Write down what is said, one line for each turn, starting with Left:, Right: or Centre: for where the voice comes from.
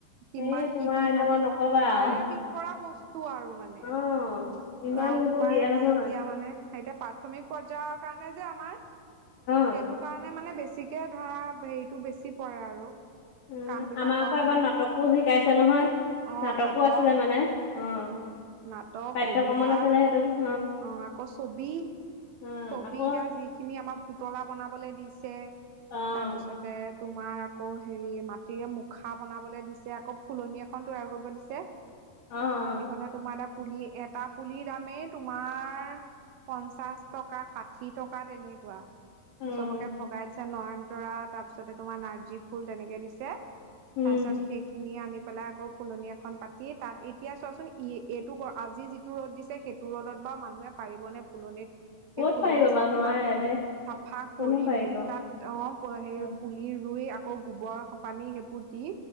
Right: কিমান
Left: এই তোমাৰ
Right: কি কি
Left: একদম
Right: মানে
Left: নকবা আৰু
Right: বাৰে বিং কৰা বস্তু আৰু মানে
Left: অ ইমানবোৰ
Right: অ' উপায়
Left: দিয়ে
Right: নাই
Left: নহয়
Right: এতিয়া মানে এতিয়া প্ৰাথমিক পৰ্যায়ৰ কাৰণে যে আমাৰ
Left: অ
Right: সেইটো কাৰণে মানে বেছিকে ধৰা হেৰিটো বেছি পৰে আৰু।
Left: উম'
Right: কাম বিলাকৰ
Left: আমাৰ আকৌ এবাৰ
Right: মানে
Left: নাটকো শিকাইছে নহয়।
Right: অ
Left: নাটকো
Right: নাটক
Left: আছিলে মানে অ'
Right: নাটক
Left: পাঠ্যক্ৰমত
Right: কবিতা
Left: আছিলে সেইটো।
Right: অ' আকৌ ছবি
Left: অ',
Right: ছবি
Left: আকৌ
Right: এতিয়া যিখিনি আমাৰ পুতলা বনাবলৈ দিছে। চে,
Left: অ',
Right: তাৰপিছতে তোমাৰ আকৌ হেৰি মাটিৰে মুখা বনাবলৈ দিছে আকৌ ফুলনি এখন তৈয়াৰ কৰিব দিছে।
Left: অ', অ',
Right: ফুলনি খনৰ তোমাৰ এটা পুলি এটা পুলিৰ দামে তোমাৰ পঞ্চাশ টকা ষাঠি টকা তেনেকুৱা।
Left: উম,
Right: চবকে ভগাই দিছে নয়নতৰা তাৰ পিছতে তোমাৰ নাৰ্জী ফুল তেনেকে দিছে।
Left: উম,
Right: তাৰ পিছত সেইখিনি নি পেলাই আকৌ ফুলনি এখন পাতি তাত এতিয়া চোৱাচোন ইএ এইটো গৰ আজি যিটো ৰ'দ দিছে সে টো ৰ'দত বা মানুহে পাৰিবনে ফুলনিত।
Left: ক'ত
Right: সেই ফুলনি
Left: পাৰিব
Right: চাফা
Left: বাৰু নোৱাৰে
Right: ক
Left: দেই
Right: চাফা
Left: কোননো
Right: কৰি
Left: পাৰিব।
Right: মেলি তাত, অ সেই
Left: অ',
Right: পুলি ৰুই আ কৌ গোবৰ পানী সেইবোৰ দি,